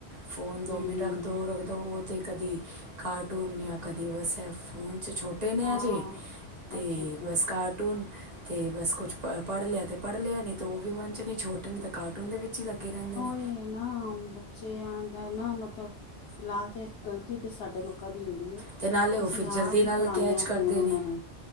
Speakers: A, on the right; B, on the left.
A: ਫੋਨ ਦੋ
B: ਹੂੰ
A: ਮਿੰ
B: ਹੂੰ
A: ਰੱਖ ਦੋ ਰੱਖ, ਦ ਉਹ ਤਾਂ ਕਦੀ ਕਾਰਟੂਨ ਜਾਂ ਕਦੀ ਵਸੇ ਫੋਨ 'ਚ ਛੋਟੇ ਕੱਟੇ ਨੇ
B: ਹਾਂ
A: ਅਜੇ ਤੇ
B: ਅੱਛਾ ਅੱਛਾ
A: ਬਸ ਕਾਰਟੂਨ, ਤੇ ਬਸ ਕੁਛ ਪ, ਪੜ੍ਹ ਲਿਆ ਤੇ ਪੜ੍ਹ ਲਿਆ ਨਹੀਂ ਤੇ ਉਹ ਵੀ ਮਨ ਚ ਨਹੀਂ ਛੋਟ ਨ ਤਾਂ ਕਾਰਟੂਨ ਦੇ ਵਿੱਚ। ਚ ਹੀ ਲੱਗੇ ਰਹਿੰਦੇ ਨੇ।
B: ਉਹੀ ਨਾ ਬੱਚਿਆਂ ਦਾ ਨਾ ਮਤਲਬ, ਫਿਲਹਾਲ ਤੇ ਗ਼ਲਤੀ ਤੇ ਸਾਡੇ ਲੋਕ ਕਦੀ ਲੈਂਦੀਏ,
A: ਅਤੇ ਨਾਲੇ ਉਹ
B: ਅਸੀਂ
A: ਫਿਰ ਜਲਦੀ
B: ਆਪ ਵੀ
A: ਨਾਲ
B: ਫੜਾਉਂਦੇ
A: ਕੈਚ
B: ਹਾਂ
A: ਕਰਦੇ
B: ਫ਼ੋਨ ਉਹਨਾਂ
A: ਨੇ
B: ਨੂੰ